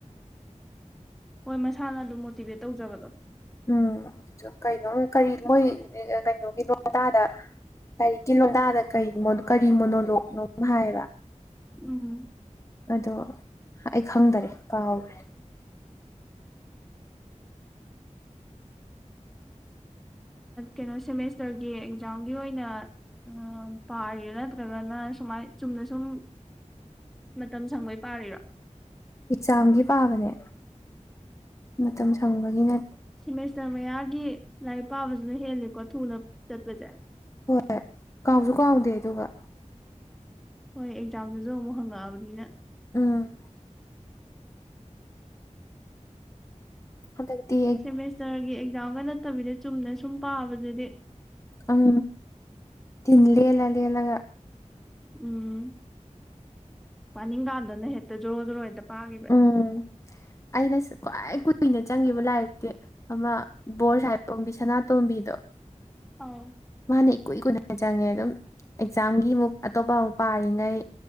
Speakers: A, in the centre; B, on the left.
A: ꯍꯣꯏ ꯃꯁꯥꯅ ꯑꯗꯨꯝ ꯃꯣꯇꯤꯚꯦꯠ ꯇꯧꯖꯕꯗꯣ
B: ꯎꯝ ꯑꯗꯨꯁꯨ ꯀꯩꯅꯣ ꯀꯔꯤ ꯃꯣꯏ ꯀꯩꯅꯣꯒꯤꯅꯣ ꯑꯗꯥꯗ ꯀꯥꯏꯔꯤꯛꯀꯤ ꯂꯣꯟꯗꯥꯗ ꯀ ꯀꯔꯤ ꯃꯣꯅꯣꯂꯣꯛꯅꯣ ꯍꯥꯏꯌꯦꯕ
A: ꯎꯝ
B: ꯑꯗꯣ ꯑꯩ ꯈꯪꯗꯔꯦ ꯀꯥꯎꯈꯔ꯭ꯦ
A: ꯀꯩꯅꯣ ꯁꯦꯃꯦꯁꯇꯔꯒꯤ ꯑꯦꯛꯖꯥꯝꯒꯤ ꯑꯣꯏꯅ ꯑ ꯄꯥꯏꯌꯦꯦ ꯅꯠꯇ꯭ꯔꯒꯅ ꯁꯨꯃꯥꯏ ꯆꯨꯝꯅ ꯁꯨꯝ ꯃꯇꯝ ꯁꯪꯕꯩ ꯄꯥꯔꯤꯔꯣ
B: ꯑꯦꯛꯖꯥꯝꯒꯤ ꯄꯥꯕꯅꯦ ꯃꯇꯝ ꯁꯪꯕꯒꯤꯅ
A: ꯁꯤꯦꯃꯦꯁꯇꯔ ꯃꯌꯥꯒꯤ ꯂꯥꯏꯔꯤꯛ ꯄꯥꯕꯕꯁꯤꯅ ꯍꯦꯜꯂꯤꯀꯣ ꯊꯨꯅ ꯆꯠꯄꯁꯦ
B: ꯍꯣꯏ ꯍꯣꯏ ꯀꯥꯎꯁꯨ ꯀꯥꯎꯗꯦ ꯑꯗꯨꯒ
A: ꯍꯣꯏ ꯑꯦꯛꯖꯥꯝꯗꯨꯁꯨ ꯑꯃꯨꯛ ꯍꯪꯉꯛꯑꯕꯅꯤꯅ
B: ꯎꯝ ꯍꯗꯗꯤ
A: ꯁꯦꯃꯦꯁꯇꯔꯒꯤ ꯑꯦꯛꯖꯥꯝꯒ ꯅꯠꯇꯕꯤꯗ ꯆꯨꯝꯅ ꯁꯨꯝ ꯄꯥꯕꯗꯗꯤ
B: ꯑꯝ ꯗꯤꯟ ꯂ‌ꯦꯜꯂ ꯂ‌ꯦꯜꯂꯒ
A: ꯎꯝ ꯄꯥꯅꯤꯡꯀꯥꯟꯗꯅ ꯍꯦꯛꯇ ꯖꯣꯔꯣ ꯖꯣꯔꯣ ꯍꯦꯛꯇ ꯄꯥꯒꯤꯕ
B: ꯎꯝ ꯑꯩꯅꯁꯨ ꯈ꯭ꯋꯥꯏ ꯀꯨꯏꯅ ꯆꯪꯒꯤꯕ ꯂꯥꯏꯔꯤꯛꯇꯤ ꯑꯃ ꯕꯣꯔ ꯁꯥ-ꯍ‌ꯦꯞ ꯑꯣꯡꯕꯤ ꯁꯅꯥꯇꯣꯝꯕꯤꯗ‌ꯣ
A: ꯑꯧ
B: ꯃꯥꯅ‌ꯦ ꯀꯨꯏ ꯀꯨꯏꯅ ꯆꯪꯉꯦ ꯑꯗꯨꯝ ꯑꯦꯛꯖꯥꯝꯒꯤ ꯑꯃꯨꯛ ꯑꯇꯣꯞꯄ ꯑꯃꯨꯛ ꯄꯥꯔꯤꯉꯩ